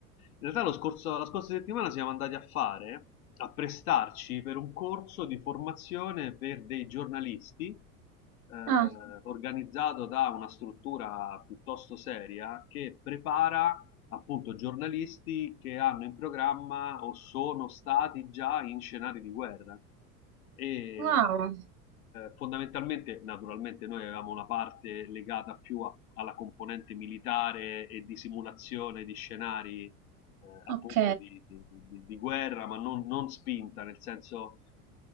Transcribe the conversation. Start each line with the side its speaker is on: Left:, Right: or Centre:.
Left: In realtà lo scorso- la scorsa settimana siamo andati a fare, a prestarci per un corso di formazione per dei giornalisti, eh,
Right: Ah,
Left: organizzato da una struttura piuttosto seria che prepara appunto giornalisti che hanno in programma o sono stati già in scenari di guerra. E eh,
Right: wow.
Left: fondamentalmente, naturalmente, noi avevamo una parte legata più a- alla componente militare e di simulazione di scenari eh, appunto
Right: Ok.
Left: di, di- di- di guerra, ma non, non spinta, nel senso.